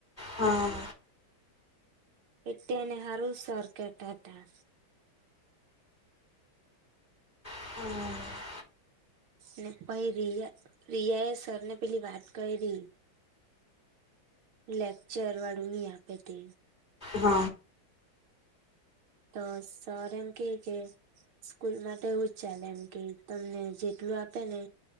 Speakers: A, on the left; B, on the right.
A: હા.
B: એ તે એને હારું સર કેટાટા
A: હા
B: ને પહી રિયા રિયા એ સરને પેલી વાત કઇરી લેક્ચર વાડુ ની આપે તે.
A: હ.
B: તો સર એમ કેય કે સ્કૂલમાં તો એવું જ ચાલે એમ કેય તમને જેટલું આપે ને